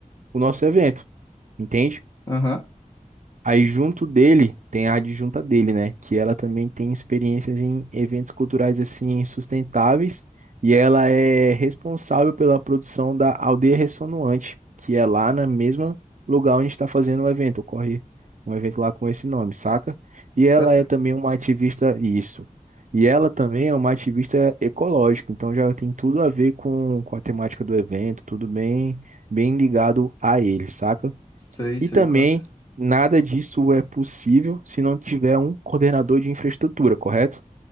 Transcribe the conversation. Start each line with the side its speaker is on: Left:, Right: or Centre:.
Right: o nosso evento, entende?
Left: Aham.
Right: Aí junto dele tem a adjunta dele, né? Que ela também tem experiências em eventos culturais assim sustentáveis e ela é responsável pela produção da Aldeia Ressonante, que é lá no mesmo lugar onde está fazendo o evento. Ocorre um evento lá com esse nome, saca? E
Left: Sério?
Right: ela é também uma ativista isso. E ela também é uma ativista ecológica, então já tem tudo a ver com, com a temática do evento, tudo bem, bem ligado a ele, saca?
Left: Sei, sei.
Right: E também,
Left: com cer-
Right: nada disso é possível se não tiver um coordenador de infraestrutura, correto?